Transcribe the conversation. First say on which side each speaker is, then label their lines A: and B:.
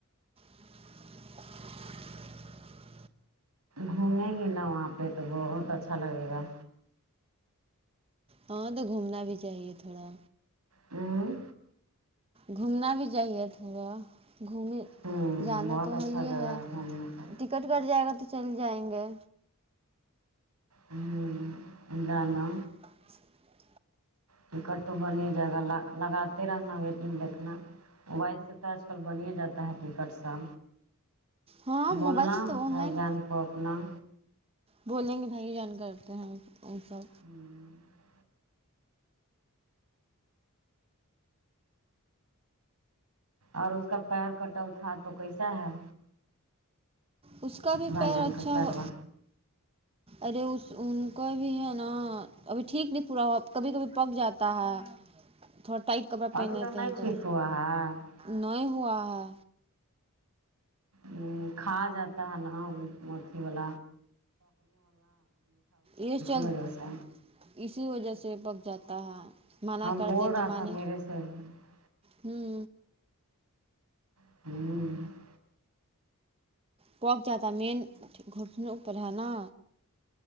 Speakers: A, on the right (about 25°); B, on the right (about 90°).
A: <inaudible>
B: گھومے گی نا وہاں پہ تو بہت اچھا لگے گا
A: ہاں تو گھومنا بھی چاہیے تھوڑا
B: ہوں
A: گھومنا بھی چاہیے تھوڑا گھوم
B: ہوں
A: جانا
B: بہت
A: تو
B: اچھا
A: وہی
B: جگہ
A: یہ ہے
B: گھومنے کا
A: ٹکٹ کٹ جائے گا تو چل جائیں گے
B: ہوں جانا
A: <unintelligible> اچ
B: ٹکٹ تو بن ہی جائے گا لگاتے رہنا و دن دیکنا ویسے سے تو آج کل بن ہی جاتا ہے ٹکٹ سا
A: ہاں
B: بولنا
A: موبائل سے تو آن
B: بھائی
A: لائن
B: جان کو اپنا
A: بولیں گے بھائی جان کرتے ہیں ان سب
B: ہوں اور اس کا پیر کٹل تھا تو کیسا ہے
A: اس کا بھی
B: بھائی
A: پیر
B: جان
A: اچھا
B: کا پیروا
A: ہے ارے اس ان کو بھی ہے نا ابھی ٹھیک نہیں پورا ہوا کبھی کبھی پک جاتا ہے تھوڑا ٹائٹ کپڑا پہن
B: ابھی
A: لیتے
B: نہیں
A: ہیں تو
B: ٹھیک ہوا ہے
A: نہیں ہوا ہے
B: ہ کھا جاتا ہے نا اھی وال
A: یہ چل
B: وجہ سے
A: <unintelligible> اسی وجہ سے پک جاتا ہے مانع
B: ہاں
A: کرتے
B: بول
A: ہیں
B: رہا
A: تو مان
B: تھا میرے سے ہ
A: ہوں
B: ہوں
A: پک جاتا ہے میں ان گھٹنوں پر ہے نا